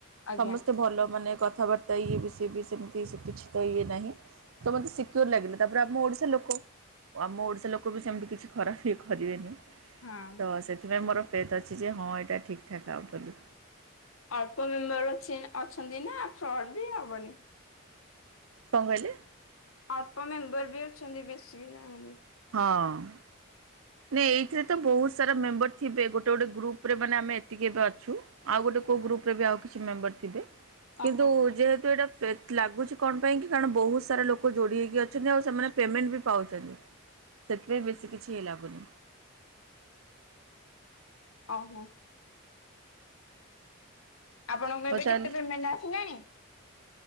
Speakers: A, on the left (about 85°); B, on the right (about 80°).
A: ଆଜ୍ଞା।
B: ସମସ୍ତେ ଭଲ ମାନେ କଥାବାର୍ତ୍ତା ଇଏ ବି ସିଏ ବି ସେମିତି କିଛି ତ ଇଏ ନାହିଁ ତ ମତେ ସିକ୍ୟୋର ଲାଗିଲା ତାପରେ ଆମ ଓଡିଶା ଲୋକ। ଆ ଆମ ଓଡିଶା ଲୋକ ବି ସେମିତି କିଛି ଖରାପ କି କରିବେନି
A: ହଁ
B: ତ ସେଥିପାଇଁ ମୋର ଫେଥ ଅଛି ଯେ ହଁ ଏଇଟା ଠିକ୍ ଠାକ୍ ଆଉ ଅବୋଲି।
A: ଅଳ୍ପ ମେମ୍ବର ଅ ଅଛନ୍ତି ନା ଫ୍ରଡ ବି ହବନି।
B: କଣ କହିଲ?
A: ଅଳ୍ପ ମେମ୍ବର ବି ଅଛନ୍ତି ବେଶୀ ବି ନାହାନ୍ତି।
B: ହଁ ନ ଏଇଥିରେ ତ ବହୁତ ସାରା ମେମ୍ବର ଥିବେ ଗୋଟେ ଗୋଟେ ଗ୍ରୁପ ରେ ମାନେ ଆମେ ଏତିକି ଏବେ ଅଛୁ ଆଉ ଗୋଟେ କୋଉ ଗ୍ରୁପରେ ବି ଆଉ କିଛି ମେମ୍ବର ଥିବେ। କିନ୍ତୁ
A: ଓହୋ
B: ଯେହେତୁ ଏଇଟା ଲାଗୁଛି କଣ ପାଇଁ କି କାରଣ ବହୁତ ସାରା ଲୋକ ଯୋଡି ହେଇକି ଅଛନ୍ତି ଆଉ ସେମାନେ ତା ପେମେଣ୍ଟ ଵି ପାଉଛନ୍ତି ସେଥିପାଇ ବ କିଛି ଲାଗୁନି।
A: ଓହୋ। ଆପଣଙ୍କୁ ଏବେ
B: ହଉ ତାହେଲେ
A: କେତେ ପେମେଣ୍ଟ ଆସିଲାଣି?